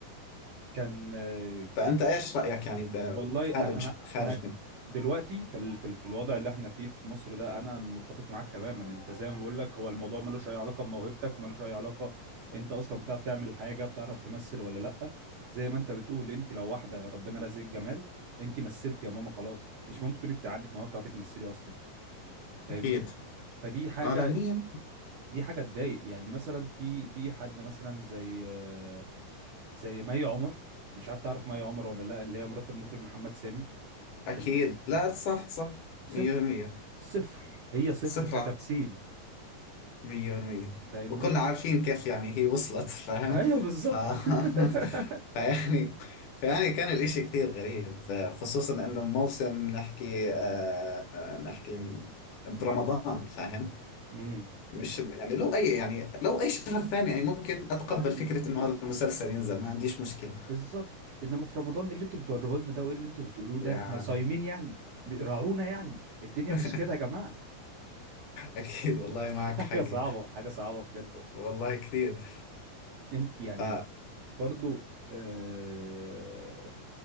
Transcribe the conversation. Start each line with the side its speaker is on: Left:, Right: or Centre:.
Right: كان آه،
Left: فأنت ايش رأيك يعني ب-
Right: والله انا
Left: خارج خارج
Right: انا
Left: من-
Right: دلوقتي في ال... في, ال... في الوضع اللي احنا فيه في مصر ده انا متفق معاك تماما انت زي ما بقول لك هو الموضوع ملوش اي علاقه بموهبتك ملوش اي علاقه انت اصلا بتعرف تعمل حاجه بتعرف تمثل ولا لا زي ما انت بتقول انت لو واحده ربنا رزقك جمال انت مثلت يا ماما خلاص مش ممكن تكوني بتاع عندك موهبه بتعرفي تمثلي اصلا فاهمني
Left: أكيد
Right: فدي حاجه
Left: عالمية
Right: دي حاجه تضايق يعني مثلا في في حد مثلا زي آه، زي مي عمر مش عارف تعرف مي عمر ولا لا اللي هي مرات المخرج محمد سامي
Left: أكيد
Right: ال-
Left: لا صح صح
Right: صفر
Left: مية بالمية
Right: صفر هي صفر
Left: صفرة
Right: كتمثيل
Left: مية بالمية
Right: فاهمني
Left: وكلنا عارفين كيف يعني هي وصلت فاهم
Right: ايوه بالظبط
Left: ف...
Right: <laughs>
Left: <laughs> فيعني فيعني كان الإشي كثير غريب خصوصا إنه موسم نحكي آه نحكي برمضان فاهم
Right: امم
Left: مش يعني لو أي يعني لو أي شهر ثاني يعني ممكن أتقبل
Right: عادي
Left: فكرة إنه هذا المسلسل ينزل ما عنديش مشكلة
Right: بالظبط انما في رمضان ايه اللي انتوا بتوروه لنا ده وايه اللي انتوا بتقولوه ده
Left: يعني
Right: احنا صايمين يعني ب- راعونا يعني الدنيا
Left: <laughs>
Right: مش كده يا جماعه
Left: أكيد والله
Right: <laughs>
Left: معك حقي
Right: حاجه صعبه حاجه صعبه بجد
Left: والله كثير
Right: انت يعني
Left: ف...
Right: برضو آه